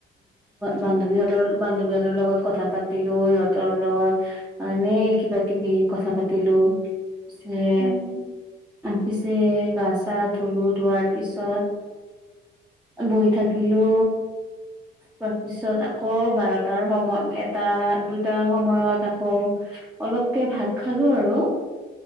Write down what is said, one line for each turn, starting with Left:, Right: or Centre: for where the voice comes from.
Centre: বান্ধৱীহঁতৰ
Right: অ
Centre: বান্ধৱীহঁতৰ লগত কথা পাতিলো সিহতৰ লগতনে এ' কিবা কিবি কথা পাতিলো, এ
Right: উম
Centre: পিছে গা-চা ধুলো, ধোৱাৰ পিছত বহি থাকিলো। তাৰপিছত
Right: অ
Centre: আকৌ বাৰটাৰ সময়, এটা দুটাাৰ সময়ত আকৌ অলপকে ভাত খালো আৰু,